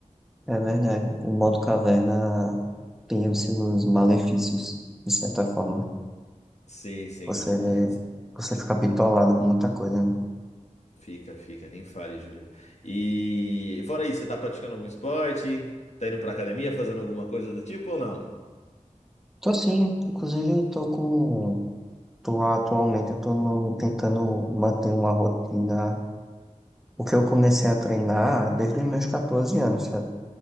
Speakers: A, in the centre; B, on the left (about 60°).
A: é verdade. O modo caverna tem os seus malefícios, de certa forma.
B: Sim, sim.
A: Você,
B: S-
A: você fica bitolado com muita coisa, né?
B: Fica, fica, nem fale, Júlio. E fora isso, você tá praticando algum esporte? Tá indo pra academia, fazendo alguma coisa do tipo ou não?
A: Tô sim, inclusive tô com Tô, atualmente eu tô no- tentando manter uma rotina, porque eu comecei a treinar desde os meus 14 anos, sabe?